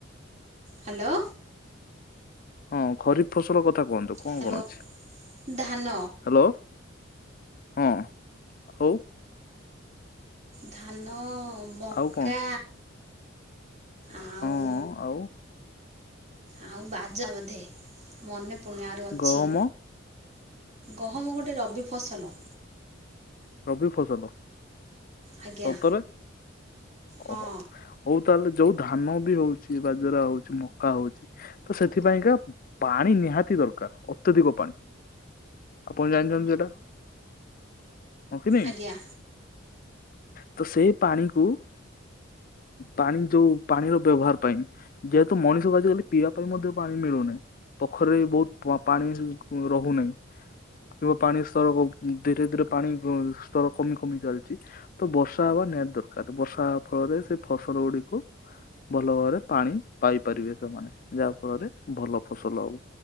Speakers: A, on the right; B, on the left.
A: ହ୍ୟାଲୋ
B: ହଁ ଖରିଫ ଫସଲ କଥା କୁହନ୍ତୁ କଣ
A: ହ୍ୟାଲୋ
B: କଣ ଅଛି ହ୍ୟାଲୋ
A: ଧାନ
B: ହଁ ହଉ
A: ଧାନ ମକା
B: ଆଉ କଣ?
A: ଆଉ
B: ହଁ ଆଉ
A: ଆଉ ବାଜା ବୋଧେ ମନେ ପଡ଼ୁନି ଆହୁରି ଅଛି।
B: ଗହମ
A: ଗହମ ଗୋଟେ ରବି ଫସଲ
B: ରବି ଫସଲ?
A: ଆଜ୍ଞା
B: ସତରେ?
A: ହଁ
B: ଓହୋଃ ହଉ। ତାହେଲେ ଯୋଉ ଧାନ ବି ହଉଛି ବାଜରା ହଉଛି ମକା ହଉଛି ତ ସେଥିପାଇଁକା ପାଣି ନିହାତି ଦରକାର, ଅତ୍ୟଧିକ ପାଣି, ଆପଣ ଜାଣିଛନ୍ତି ସେଇଟା? ହଁ କି ନାଇଁ?
A: ଆଜ୍ଞା
B: ତ ସେଇ ପାଣିକୁ ପାଣି ଯୋଉ ପାଣିର ବ୍ୟବହାର ପାଇଁ ଯେହେତୁ ମଣିଷକୁ ଆଜିକାଲି ପିଇବା ପାଇଁ ମଧ୍ୟ ପାଣି ମିଳୁନାହିଁ ପୋଖରୀରେ ବି ବହୁତ ପାଣି ରହୁନାହିଁ କୂଅ ପାଣି ସବୁ ଧୀରେ ଧୀରେ ପାଣି ସ୍ତର କମି କମି ଚାଲିଛି ତ, ବର୍ଷା ହବା ନିହାତି ଦରକାର, ବର୍ଷା ହବା ଫଳରେ ସେ ଫସଲ ରୌଡ଼ିକୁ ଭଲ ଭାବରେ ପାଣି ପାଇପାରିବେ ସେମାନେ, ଯାହା ଫଳରେ ଭଲ ଫସଲ ହବ,